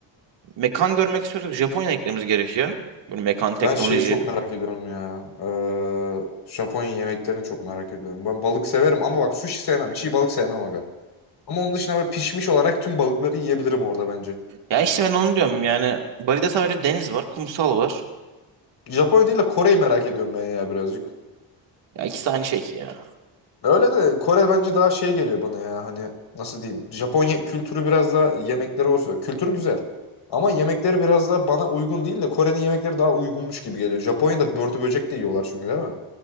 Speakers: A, on the right; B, on the left.
A: mekan görmek istiyorsak Japonya eklememiz gerekiyor. Böyle mekan teknoloji.
B: Ben şeyi çok merak ediyorum ya. Ee, Japonya yemeklerini çok merak ediyorum. Ben balık severim ama bak sushi sevmem. Çiğ balık sevmem aga. Ama onun dışında böyle pişmiş olarak tüm balıkları yiyebilirim orada bence.
A: Ya işte ben onu diyorum yani Bali'de sadece deniz var, kumsal var.
B: Japonya değil de Kore'yi merak ediyorum ben ya birazcık.
A: Ya ikisi aynı şey ki ya.
B: Öyle de Kore bence daha şey geliyor bana ya hani nasıl diyeyim. Japonya kültürü biraz daha yemekleri olsa. Kültürü güzel. Ama yemekleri biraz daha bana uygun değil de Kore'nin yemekleri daha uygunmuş gibi geliyor. Japonya'da börtü böcek de yiyorlar çünkü değil mi?